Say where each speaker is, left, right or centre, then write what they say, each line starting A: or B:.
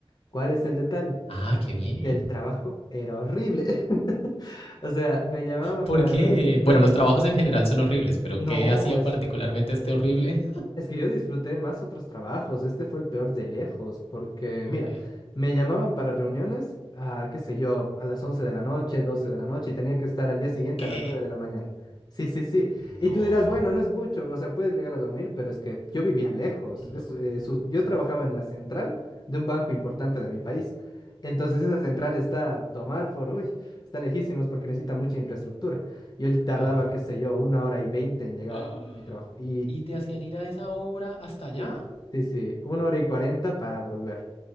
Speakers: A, on the left; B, on the left.
A: ¿Cuál es el detalle?
B: Ah, qué bien.
A: Que el trabajo era horrible. <laughs> O sea, me llamaban
B: ¿Por
A: para
B: qué?
A: reunir. No,
B: Bueno,
A: no,
B: los trabajos en general son horribles, pero
A: no,
B: ¿qué hacía
A: es
B: particularmente este horrible?
A: Es que yo disfruté más otros trabajos, este fue el peor de lejos, porque
B: Ok.
A: mira, me llamaban para reuniones a, qué sé yo, a las 11 de la noche, 12 de la noche, y tenía que estar al día siguiente
B: ¿Qué?
A: a las 9 de la mañana. Sí, sí, sí. Y
B: No,
A: tú dirás, bueno, no es mucho, o sea, puedes llegar a dormir, pero es que yo vivía lejos.
B: no,
A: Es, eh, su- yo
B: no.
A: trabajaba en la central de un banco importante de mi país. Entonces esa central está a tomar por, uy, está lejísimos porque necesita mucha infraestructura. Yo tardaba,
B: Ajá.
A: qué
B: <gasps>
A: sé yo, una hora y veinte en llegar
B: Ah,
A: a mi trabajo. Y
B: ¿Y te hacían ir a esa hora hasta allá?
A: Sí, sí, sí, una hora y cuarenta para volver.